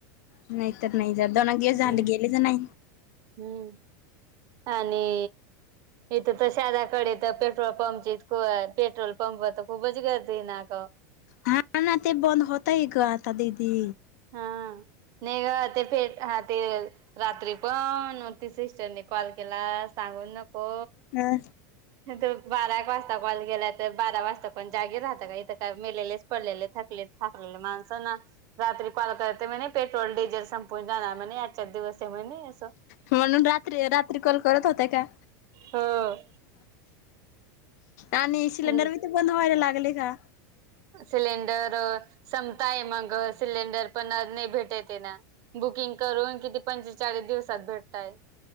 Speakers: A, on the left; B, on the right.
A: नाहीत नाही जात, दोन दिेवस
B: हम्म
A: झाले गेलेच नाही.
B: हम्म आणि इथं तर शहरा कडे तर पेट्रोल पंपची, पेट्रोल पंपवर तर खूपच गर्दीये ना ग.
A: हा ना ते बंद होतय ग आता दीदी.
B: हा. नाही ग, ते पेट हा ते रात्री पण ती सिस्टरने कॉल केला सांगू नको.
A: अ
B: त बारा एक वाजता कॉल केलाय, तर बारा वाजता कोण जागी राहत का, इथं काय मेलेलेच पडलेले थकलेत. थकलेले माणसं ना रात्री कॉल करते म्हणे पेट्रोल, डिझेल संपून जाणार म्हणे आजच्या दिवस ये म्हने असं.
A: म्हणून रात्री रात्री कॉल करत होत्या का?
B: हो
A: आणि सिलेंडर
B: हो
A: बी ते बंद व्हायला लागले का?
B: सिलेंडर संपताय मग सिलेंडर पण नाही भेटतय ना. बुकिंग करून किती पंचेचाळीस दिवसात भेटतात.